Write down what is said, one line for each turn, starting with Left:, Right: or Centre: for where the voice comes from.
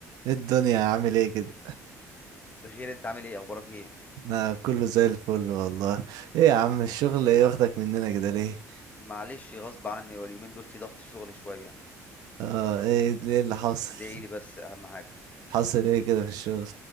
Right: ايه الدنيا عامل ايه كده
Left: بخير انت عامل ايه اخبارك ايه
Right: انا كله زي الفل والله ايه يا عم الشغل ايه واخدك مننا كده ليه
Left: معلش غصب عني واليومين دول في ضغط شغل شويه
Right: اه ايه ليه اللي حاصل
Left: ادعي لي بس اهم حاجه
Right: حاصل ايه كده في الشغل